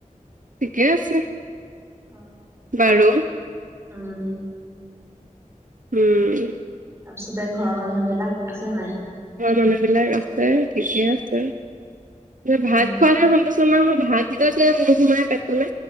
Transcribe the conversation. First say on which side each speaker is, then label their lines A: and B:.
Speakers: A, on the right (about 70°); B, on the right (about 20°).
A: ঠিকে আছে।
B: অ,
A: বাৰু
B: উম।
A: উম
B: তাৰপিছতে ঘৰৰ মানুহবিলাক আছে নাই?
A: ঘৰ মানুহবিলাক আছে ঠিকে আছে ভাত
B: উম
A: খোৱাহে সমস্যা। <unintelligible> ভাতকেইটা যে নুসুমাই পেটলে,